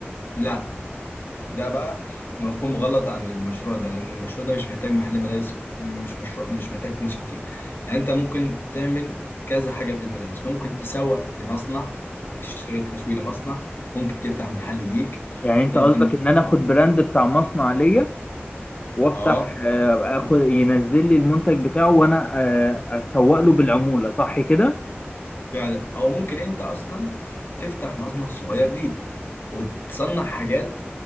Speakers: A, on the left; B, on the left.
A: لا ده بقى مفهوم غلط عن المشروع ده لان المشروع ده مش محتاج محل ملابس مش مشروع مش محتاج فلوس كتير يعني انت ممكن تعمل كذا حاجه في الملابس ممكن تسوق لمصنع وتشتغل تسويق لمصنع ممكن تفتح محل ليك
B: يعني أنت
A: ممكن
B: قصدك إن أنا آخد براند بتاع مصنع ليا وأفتح
A: اه
B: آه، آخد ينزل لي المنتج بتاعه وأنا آه، أسوق له بالعمولة صح كده؟
A: فعلا او ممكن انت اصلا تفتح مصنع صغير ليك وتصنع حاجات